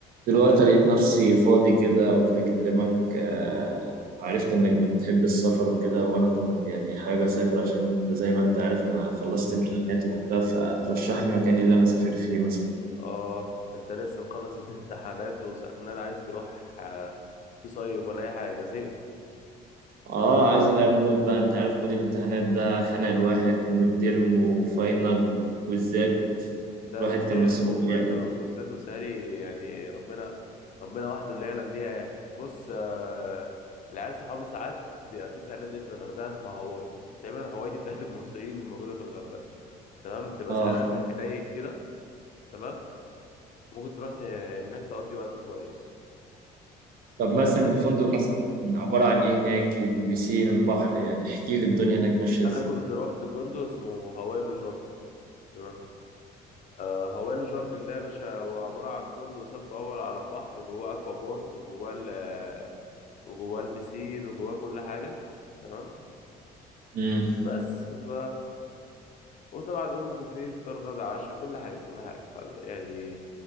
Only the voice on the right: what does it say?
دلوقتي لقيت نفسي فاضي كده قلت أكلمك آه، عرفت إنك بتحب السفر وكده وأنا كنت يعني حابب أسافر عشان أنت زي ما أنت عارف أنا خلصت امتحانات وكده فترشح لي مكان اللي أنا أسافر فيه مثلا
آه عايز أغير مود بقى أنت عارف مود الامتحانات ده خانق الواحد وميد ترم وفاينل كويزات
الواحد
كان مسحول
يعني
آه
طب مثلا
الفندق مثلا عبارة عن إيه هناك البيسين البحر يعني احكي لي الدنيا هناك ماشية
إزاي